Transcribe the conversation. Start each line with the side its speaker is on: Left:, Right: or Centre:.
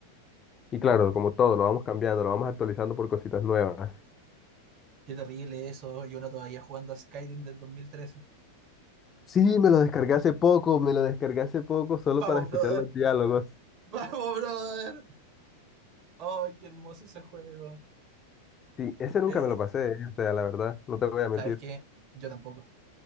Left: Y claro, como todo, lo vamos cambiando, lo vamos actualizando por cositas nuevas.
Right: Qué terrible eso, y uno todavía jugando a Skyrim del 2013.
Left: Sí, me lo descargué hace poco, me lo descargué hace poco solo
Right: Vamos,
Left: para escuchar
Right: brother.
Left: los diálogos.
Right: <laughs> Vamos, brother. Ay, qué hermoso ese juego.
Left: Sí, ese nunca
Right: Eh,
Left: me
Right: eh,
Left: lo pasé, eh, o sea, la verdad, no te voy a mentir.
Right: ¿sabes qué? Yo tampoco.